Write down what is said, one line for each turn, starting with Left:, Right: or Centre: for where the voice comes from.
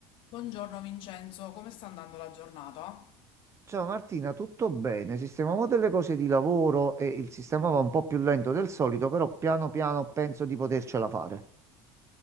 Left: Buongiorno Vincenzo, come sta andando la giornata?
Right: Ciao Martina, tutto bene? Sistemavo delle cose di lavoro e il sistema va un po' più lento del solito, però piano piano penso di potercela fare.